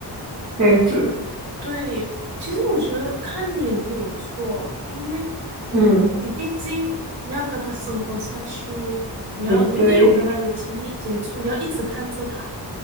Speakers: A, on the right (about 45°); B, on the right (about 75°).
A: 这样子。
B: 对，其实我觉得看脸没有错，因为
A: 嗯，
B: 你毕竟你要跟他生活下去，你要你会有跟他有亲密接触，
A: 也对，
B: 你要一直看着他，